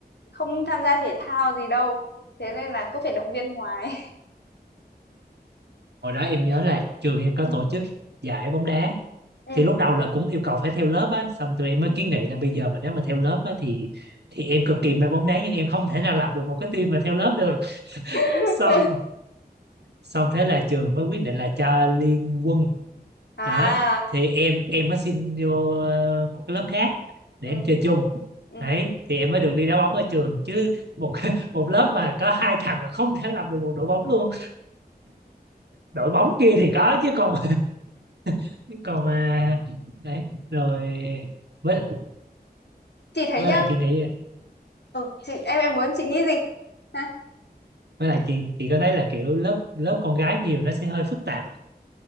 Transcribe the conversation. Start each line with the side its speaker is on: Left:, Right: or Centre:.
Left: không tham gia thể thao gì đâu thế nên là cứ phải động viên hoài
Right: hồi đó em nhớ là trường em có
Left: <laughs> ừ,
Right: tổ chức giải bóng đá
Left: ừ,
Right: thì lúc đầu là cũng yêu cầu phải theo lớp á xong tụi em mới
Left: ừ.
Right: kiến nghị là bây giờ mà nếu mà theo lớp á thì thì em cực kỳ mê bóng đá nhưng em không thể nào làm được một cái team mà theo lớp được
Left: <laughs>
Right: xong xong thế là trường mới quyết định là cho liên quân
Left: À,
Right: đó thì em em mới xin vô ờ, một cái lớp khác để
Left: ừ,
Right: em chơi chung
Left: ừ.
Right: đấy thì em mới được đi đá bóng ở trường chứ một <laughs> một lớp mà có hai thằng là không thể làm được một đội bóng luôn đội bóng kia thì có chứ còn <laughs> còn mà đấy rồi với
Left: Chị thấy
Right: với
Left: nhá,
Right: lại chị nghĩ
Left: ừ, chị em em muốn chị nghĩ gì? Ha?
Right: với lại chị chị có thấy là kiểu lớp lớp con gái nhiều nó sẽ hơi phức tạp